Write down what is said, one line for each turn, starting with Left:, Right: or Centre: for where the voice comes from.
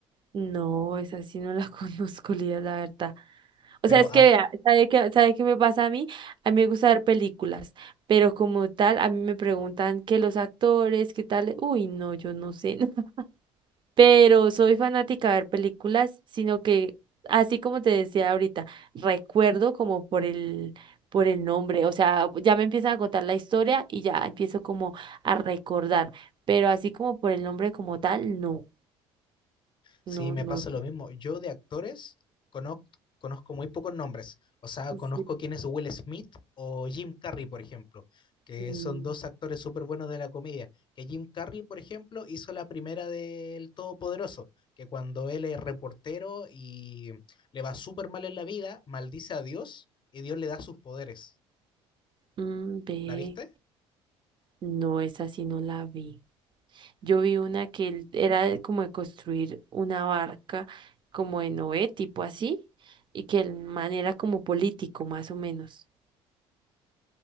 Right: no, esa sí no la <laughs> conozco, Lía, la verdad. O
Left: pero
Right: sea, es
Left: ha-
Right: que, vea, ¿sabe qué, sabe qué me pasa a mí? A mí me gusta ver películas, pero como tal, a mí me preguntan que los actores, qué tal. Uy, no, yo no sé. <laughs> pero soy fanática de ver películas, sino que, así como te decía ahorita, recuerdo como por el, por el nombre, o sea, ya me empiezan a contar la historia y ya empiezo como a recordar, pero así como por el nombre como tal, no,
Left: Sí,
Right: no,
Left: me
Right: no.
Left: pasa lo mismo. Yo de actores conozco, conozco muy pocos nombres. O sea,
Right: Sí.
Left: conozco quién es Will Smith o Jim Carrey, por ejemplo, que
Right: Mm,
Left: son dos actores súper buenos de la comedia. Que Jim Carrey, por ejemplo, hizo la primera del Todopoderoso, que cuando él es reportero y le va súper mal en la vida, maldice a Dios y Dios le da sus poderes.
Right: mm, ve,
Left: ¿La viste?
Right: no, esa sí no la vi. Yo vi una que él- era de como de construir una barca como de Noé, tipo así, y que el man era como político, más o menos.